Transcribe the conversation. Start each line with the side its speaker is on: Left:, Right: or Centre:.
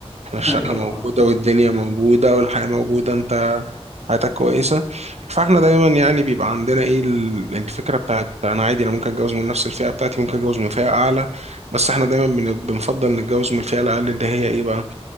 Right: احنا
Centre: <laughs>
Right: الشقة
Centre: ايوه
Right: موجودة
Centre: فاهم
Right: والدنيا موجودة والحياة موجودة
Centre: مم.
Right: انت حياتك كويسة فاحنا دايما يعني بيبقى عندنا ايه ال- الفكرة بتاعت انا عادي انا ممكن اتجوز من نفس الفئة بتاعتي ممكن اتجوز من فئة اعلى بس احنا دايما بن- بنفضل نتجوز من الفئة الاقل اللي هي ايه بقى